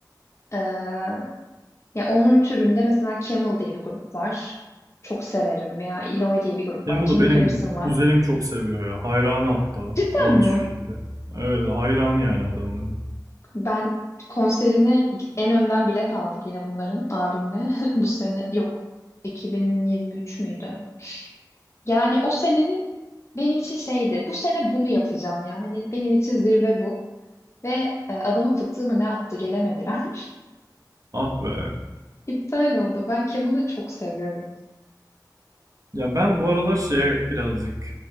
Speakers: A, on the left; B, on the right.
A: e, ya onun türünde mesela Camel diye bir grup var. Çok severim veya Eloy diye bir grup
B: Demo'da
A: var. King
B: benim
A: Crimson var.
B: kuzenim çok seviyor ya. Hayranı hatta.
A: Cidden
B: İlginç
A: mi?
B: bir şekilde. Evet hayranı yani adamların.
A: Ben konserine en önden bilet aldık yine bunların abimle. <laughs> Bu sene yok. 2023 müydü? Yani o senenin benim için şeydi. Bu sene bunu yapacağım ya. Hani benim için zirve bu. Ve e, adamın fıtığı mı ne attı gelemediler.
B: Ah be.
A: <laughs> İptal oldu. Ben Kemal'ı çok seviyorum.
B: Ya ben bu aralar şeye birazcık